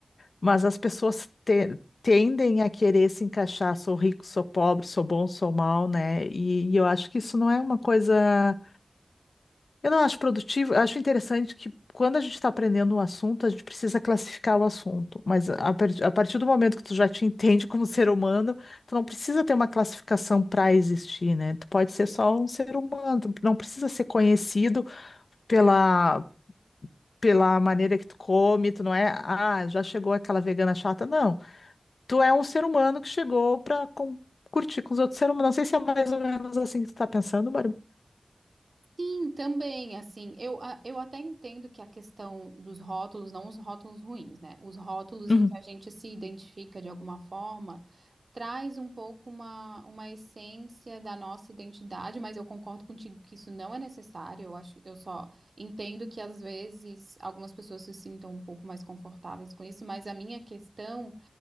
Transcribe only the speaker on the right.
Sim, também, assim, eu, a- eu até entendo que a questão dos rótulos, não os rótulos ruins, né? Os rótulos
em que a gente se identifica de alguma forma, traz um pouco uma, uma essência da nossa identidade, mas eu concordo contigo que isso não é necessário, eu acho, eu só entendo que às vezes algumas pessoas se sintam um pouco mais confortáveis com isso, mas a minha questão